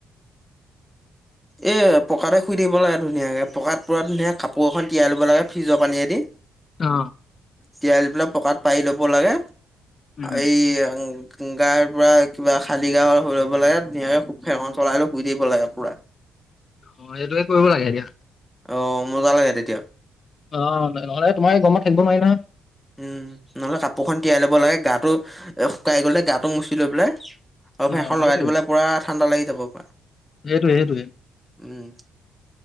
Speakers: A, in the centre; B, on the left.
A: এই পকাতে শুই থাকিব লাগে ধুনীয়াকৈ, পকাত পূৰা ধুনীয়াকৈ কাপোৰ এখন তিয়াই ল'ব লাগে ফ্ৰিজৰ পানীয়েদি।
B: অ।
A: তিয়াই লৈ পেলাই পকাত পাৰি ল'ব লাগে
B: উম,
A: এই গাৰ পৰা কিবা খালী গা হৈ ল'ব লাগে ধুনীয়াকে খুব ফেনখন চলাই লৈ শুই থাকিব লাগে পুৰা।
B: অ সেইটোৱে কৰিব লাগে এতিয়া।
A: অঁ মজা লাগে তেতিয়া।
B: অঁ নহলে এ তোমাৰ গৰমত থাকিব নোৱাৰি নহয়।
A: উম নহ'লে কাপোৰখন তিয়াই ল'ব লাগে গাটো শুকাই গ'লে গাটো মুচি লৈ পেলাই আৰু ফেনখন
B: অ'
A: লগাই
B: সেইটোৱে
A: দিব লাগে পুৰা ঠাণ্ডা লাগি যাব পুৰা।
B: সেইটোৱে সেইটোৱে।
A: উম,